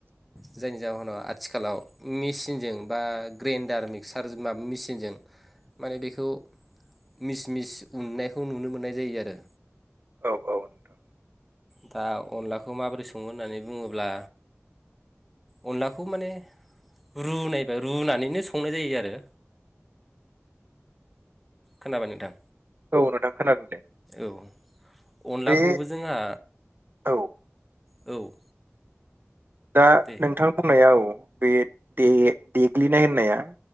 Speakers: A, in the centre; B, on the right.
A: जायनि जाहोनाव आथिखालाव मेसिनजों बा ग्रेन्डार सार माबा मेसिनजों माने बेखौ मिस मिस उननायखौ नुनो मोननाय जायो आरो।
B: औ औ नोंथां
A: दा अनलाखौ माबोरै सङो होननानै बुङोब्ला अनलाखौ माने रुनायबाय रुनानैनो संनाय जायो आरो। खोनाबाय नोंथां।
B: औ नोंथां खोनादों दे
A: औ अनलाखौबो
B: बे
A: जोंहा
B: औ
A: औ
B: दा
A: दे
B: नोंथां बुंनाया औ बे दे देग्लिनाय होननाया